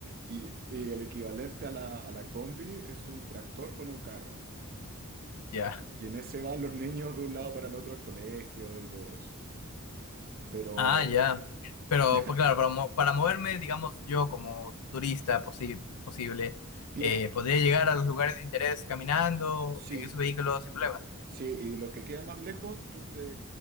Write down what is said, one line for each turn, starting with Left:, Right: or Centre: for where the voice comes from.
Right: Y, y el equivalente a la, a la combi es un tractor con un carro.
Left: ya.
Right: Y en ese van los niños de un lado para el otro al colegio y todo eso. Pero,
Left: Ah, ya. Pero,
Right: <laughs> ¿ya?
Left: pues claro, para, mo- para moverme, digamos, yo como turista posi- posible,
Right: Bien,
Left: eh, podría llegar a los lugares de interés caminando
Right: sí,
Left: en esos vehículos sin problema.
Right: Sí, y lo que queda más lejos, tú te